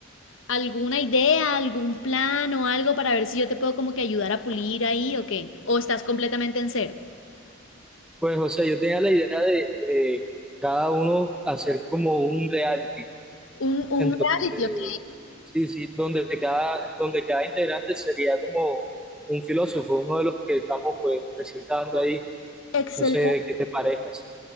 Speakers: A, on the left; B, in the centre.
A: alguna idea, algún plan o algo para ver si yo te puedo como que ayudar a pulir ahí o qué. O estás completamente en cero.
B: Pues, o sea, yo tenía la idea de, de cada uno hacer como un reality.
A: Un, un
B: Entonces,
A: reality, ok.
B: sí, sí, donde cada, donde cada integrante sería como un filósofo, uno de los que estamos pues presentando ahí.
A: Excelente.
B: No sé qué te parezca, si